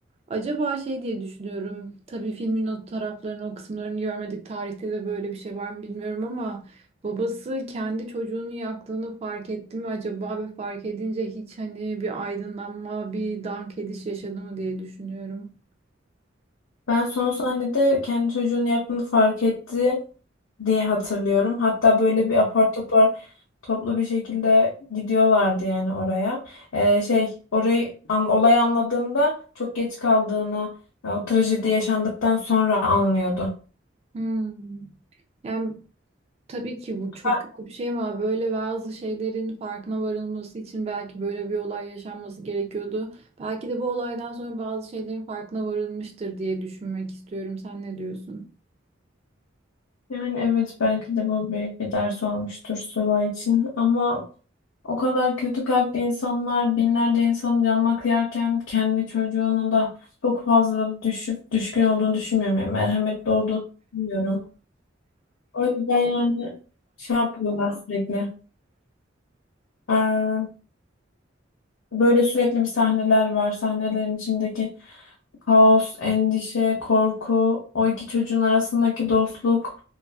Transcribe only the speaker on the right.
Acaba şey diye düşünüyorum. Tabii filmin o taraflarını, o kısımlarını görmedik. Tarihte de böyle bir şey var mı bilmiyorum ama babası kendi çocuğunu yaktığını fark etti mi acaba ve fark edince hiç hani bir aydınlanma, bir dank ediş yaşadı mı diye düşünüyorum.
Hmm. Yani tabii ki bu çok
kötü bir şey ama böyle bazı şeylerin farkına varılması için belki böyle bir olay yaşanması gerekiyordu. Belki de bu olaydan sonra bazı şeylerin farkına varılmıştır diye düşünmek istiyorum. Sen ne diyorsun?